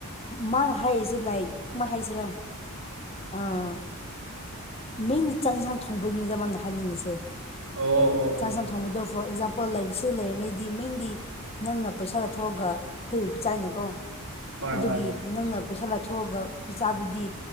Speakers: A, on the left; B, on the right.
A: ꯃꯅ ꯍꯥꯏꯁꯦ ꯂꯥꯏꯛ ꯀꯃꯥꯏ ꯍꯥꯏꯩꯁꯤꯔꯥ ꯑꯥ ꯃꯤꯅꯤ ꯆꯥꯛ ꯌꯦꯟꯁꯥꯡ ꯊꯣꯡꯕꯩꯅꯤꯗ ꯃꯥꯅ ꯍꯥꯏꯅꯤꯡꯉꯤꯁꯦ
B: ꯑꯣ ꯑꯣ
A: ꯆꯥꯛ
B: ꯑꯣ
A: ꯌꯦꯟꯁꯥꯡ ꯊꯣꯡꯕꯗꯣ ꯐꯣꯔ ꯑꯦꯛꯖꯥꯝꯄꯜꯔꯤ ꯁꯤꯗ ꯂꯩꯔꯤꯉꯩꯗꯤ ꯃꯤꯡꯗꯤ ꯅꯪꯅ ꯄꯩꯁꯥꯗ ꯊꯣꯛꯣꯛꯑꯒ ꯑꯩꯈꯣꯏꯕꯨ ꯄꯤꯆꯥꯏꯅꯀꯣ
B: ꯍꯣꯏ
A: ꯑꯗꯨꯒꯤ
B: ꯍꯣꯏ
A: ꯅꯪꯅ ꯄꯩꯁꯥ ꯂꯥꯊꯣꯛ ꯊꯣꯛꯑꯒ ꯄꯤꯆꯥꯗꯨꯗꯤ